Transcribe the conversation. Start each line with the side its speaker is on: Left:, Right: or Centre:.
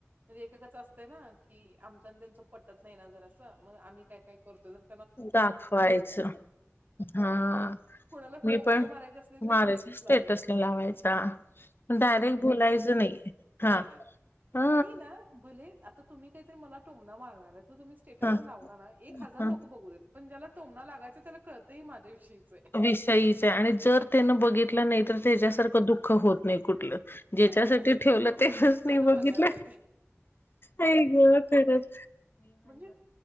Right: म्हणजे एककाच असतय ना की आमच त्यांच पटत नाही ना जर असं मग आम्ही काय काय करतो ज
Left: दाखवायच हा.
Right: कोणाला
Left: मी
Right: टोमणे
Left: पण
Right: मारायचे असले तर
Left: मारायच स्टेटस
Right: लावायचं.
Left: लावायचा डायरेक्ट
Right: मी खूप
Left: बोलायच.
Right: बघितलंय.
Left: नाही हा.
Right: नाही, नाही.
Left: हा
Right: आणि ना भले आता तुम्ही काहीतरी मला टोंगणार मार तुम्ही स्टेटला
Left: हा
Right: लावणार एक हजार
Left: हा
Right: लो पण जला लागायचं त्याला कतंय माझ विषयीच.
Left: विषयच आणि जर त्यानं बघितलं नाही तर त्याच्यासारखं दुःख होत नाही कुठलं ज्याच्या
Right: हो, हो.
Left: ठेवलं तेवच
Right: त्यांना
Left: नाही बघितलं
Right: बघायला पाहिजे.
Left: आईग खरच.
Right: म्हणजे